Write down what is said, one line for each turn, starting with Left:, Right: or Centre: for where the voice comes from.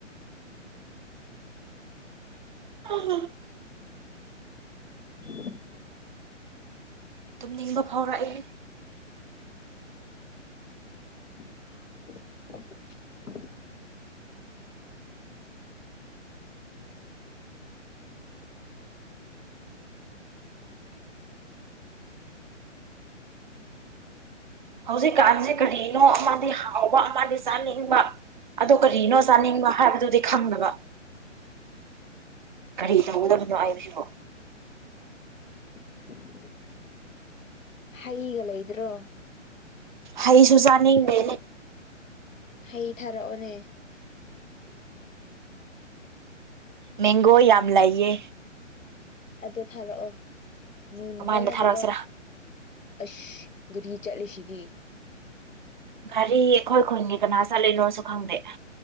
Right: <unintelligible>
Left: <unintelligible>
Right: ꯇꯨꯝꯅꯤꯡꯕ ꯐꯥꯎꯔꯛꯑ‌ꯦ
Left: <unintelligible>
Right: ꯍꯧꯖꯤꯛꯀꯥꯟꯁꯤ ꯀꯔꯤꯅꯣ ꯑꯃꯗꯤ ꯍꯥꯎꯕ ꯑꯃꯗꯤ ꯆꯥꯅꯤꯡꯕ ꯑꯗꯣ ꯀꯔꯤꯅꯣ ꯆꯥꯅꯤꯡꯕ ꯍꯥꯏꯕꯗꯨꯗꯤ ꯈꯪꯗꯕ ꯀꯔꯤ ꯇꯧꯒꯗꯕꯅꯣ ꯍꯥꯏꯕꯁꯤꯕꯣ
Left: <unintelligible> ꯍꯩꯒ ꯂꯩꯗ꯭ꯔꯣ
Right: ꯍꯩꯁꯨ ꯆꯥꯅꯤꯡꯗꯦꯅꯦ
Left: ꯍꯩ ꯊꯥꯔꯛꯑꯣꯅꯦ
Right: ꯃꯦꯡꯒꯣ ꯌꯥꯝ ꯂꯩꯌꯦ
Left: ꯑꯗꯨ ꯊꯥꯔꯛꯑꯣ ꯃꯨꯟꯕ
Right: ꯀꯃꯥꯏꯅ
Left: ꯅꯠꯇꯕ
Right: ꯊꯥꯔꯛꯁꯤꯔꯥ
Left: ꯑꯁ ꯒꯥꯔꯤ ꯆꯠꯂꯤꯁꯤꯗꯤ
Right: ꯒꯥꯔꯤ ꯑꯩꯈꯣꯏ ꯈꯨꯟꯒꯤ ꯀꯅꯥ ꯆꯠꯂꯤꯅꯣꯁꯨ ꯈꯪꯗꯦ